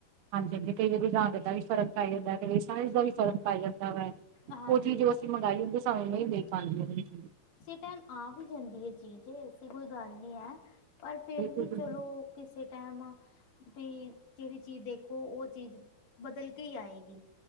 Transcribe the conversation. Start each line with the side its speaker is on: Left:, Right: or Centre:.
Right: ਹਾਂਜੀ-ਹਾਂਜੀ ਕਈ ਵਾਰੀ ਰੰਗ ਦਾ ਵੀ ਫਰਕ ਪੈ ਜਾਂਦਾ ਕਈ ਵਾਰੀ ਸਾਈਜ਼ ਦਾ ਵੀ ਫਰਕ ਪੈ ਜਾਂਦਾ ਵਾ।
Left: ਹਾਂਜੀ
Right: ਉਹ ਚੀਜ਼ ਜੋ ਅਸੀਂ ਮੰਗਾਈ ਹੁੰਦੀ ਸਾਨੂੰ ਨਹੀਂ ਮਿਲ ਪਾਉਂਦੀ ਉਹ ਚੀਜ।
Left: ਤੇ ਆ ਵੀ ਜਾਂਦੀ ਹੈ ਚੀਜ਼ ਐਸੀ ਕੋਈ ਗੱਲ ਨਹੀਂ ਹੈ ਪਰ ਫਿਰ
Right: ਬਿਲਕੁਲ
Left: ਵੀ
Right: ਬਿਲਕੁਲ
Left: ਚਲੋ ਕਿਸੇ ਟਾਈਮ ਵੀ ਜਿਹੜੀ ਚੀਜ਼ ਦੇਖੋ ਉਹ ਚੀਜ਼ ਬਦਲ ਕੇ ਹੀ ਆਏਗੀ।